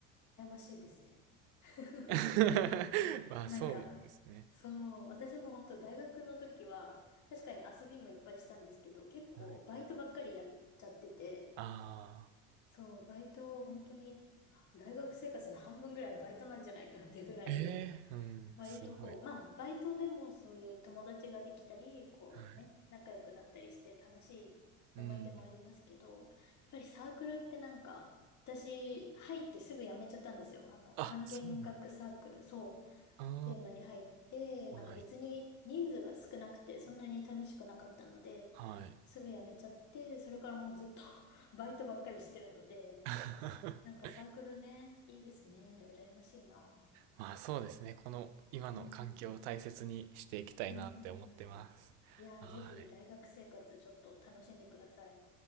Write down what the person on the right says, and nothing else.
<laughs> まあそうですね。
はい。あ
あ。ええーうん、
すごい。
はい。
うん。
あ、
そうなんだ。
あ
あ、
はい。
はい。
<laughs>
まあそうですね。この今の環境を大切にしていきたいなって思ってます。
はい。